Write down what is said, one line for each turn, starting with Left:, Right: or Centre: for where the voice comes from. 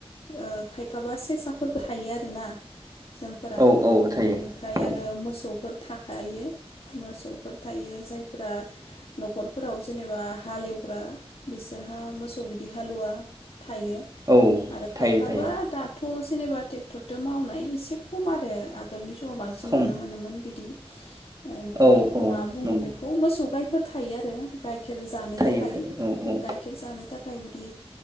Left: ओ खायफाबा सेसाफोरबो थायो आर ओना जोंफोरा
Right: औ
Left: बेनिफ्राय
Right: औ थायो औ
Left: आरो मोसौफोर थाखायो मोसौफोर थायो जायफोरा न'खरफोराव जेनेबा हालेवग्रा बिसोरहा मोसौ बिदि हालुवा थायो
Right: औ
Left: आरो खायफाबा
Right: थायो थायो
Left: दाथ' थ सेननिबा टेक्टर मावनाय एसे खम आरो आगोलनि स थ' बांसिन
Right: खम
Left: नुनो मोनोमोन बिदि ओमफ्राय
Right: औ औ
Left: मा बुङो
Right: नंगौ
Left: बेखौ मोसौ गायफोर था थायो आरो गाय खेर जानो
Right: थायो
Left: थाखाय
Right: थायो औ
Left: उ
Right: औ
Left: गाइखेर जानो थाखाय बिदि